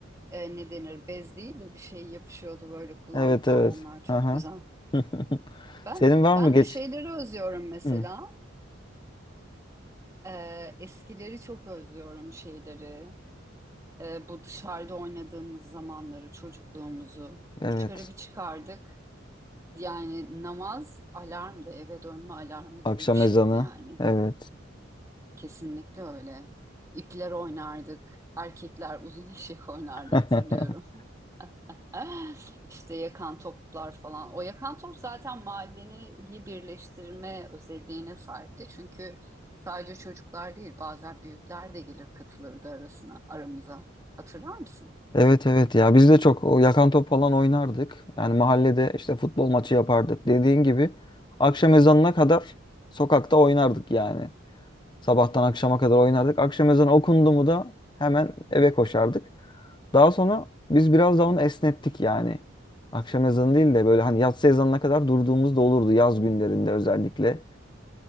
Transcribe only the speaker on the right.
E, ne denir? Bez değil de bir şey yapışıyordu böyle kulağına
falan.
Onlar çok
güzel.
Ben
ben
de şeyleri özlüyorum mesela.
E, eskileri çok özlüyorum şeyleri. Ee, bu dışarıda oynadığımız zamanları, çocukluğumuzu
dışarı bir çıkardık. Yani namaz alarmdı, eve dönme alarmı
gibi bir şeydi
yani.
Kesinlikle öyle. İpler oynardık. Erkekler uzun <laughs> eşek oynardı
hatırlıyorum. <laughs> İşte yakan toplar falan. O yakan top zaten mahalleyi birleştirme özelliğine sahipti. Çünkü sadece çocuklar değil, bazen büyükler de gelir katılırdı arasına, aramıza. Hatırlar mısın?